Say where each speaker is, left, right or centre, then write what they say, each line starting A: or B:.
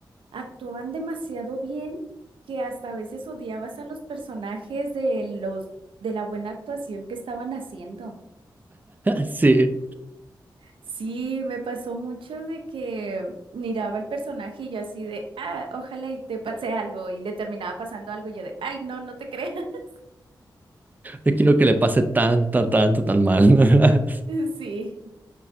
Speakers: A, on the right; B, on the right.
A: actuaban demasiado bien que hasta a veces odiabas a los personajes de los de la buena actuación que estaban haciendo.
B: Sí,
A: Sí, me pasó mucho de que miraba al personaje y yo así de, ah, ojalá y te pase algo y le terminaba pasando algo y yo de, ay, no, no te creas. <laughs>
B: no quiero que le pase tanto, tanto, tan mal. <laughs>
A: Sí.